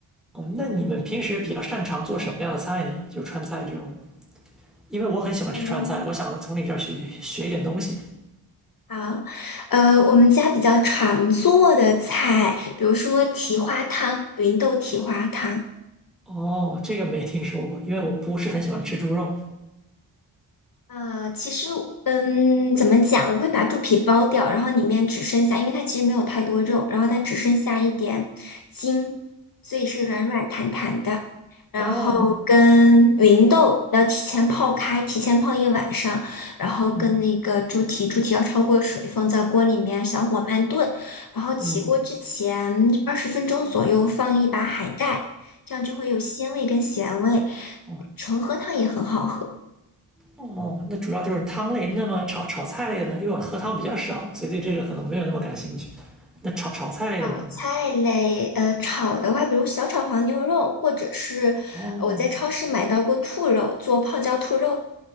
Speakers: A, in the centre; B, on the left.
A: 哦，那你们平时比较擅长做什么样的菜呢？就川菜这种。因为我很喜欢吃川菜，
B: 我们
A: 我想从你这儿学学一点东西。
B: 好，呃，我们家比较常做的菜，比如说蹄花汤，芸豆蹄花汤，
A: 哦，这个没听说过，因为我不是很喜欢吃猪肉。
B: 呃，其实，嗯，怎么讲？我会把猪皮剥掉，然后里面只剩下，因为它其实没有太多肉，然后它只剩下一点筋，所以是软软弹弹的。然后跟芸豆要提前泡开，
A: 哦，
B: 提前泡一晚上，然后跟那个猪蹄，
A: 嗯
B: 猪蹄要焯过水，放在锅里面小火慢炖，然后起锅之前二十分钟左右放一把海带，
A: 嗯，
B: 这样就会有鲜味跟咸味。
A: 嗯
B: 纯喝汤也很好喝。
A: 哦哦，那主要就是汤类。那么炒炒菜类的呢？因为我喝汤比较少，所以对这个可能没有那么感兴趣。那炒炒菜类的呢？
B: 炒菜类，呃，炒的话，比如小炒黄牛肉，或者是我在超市买到过兔肉，
A: 哦
B: 做泡椒兔肉。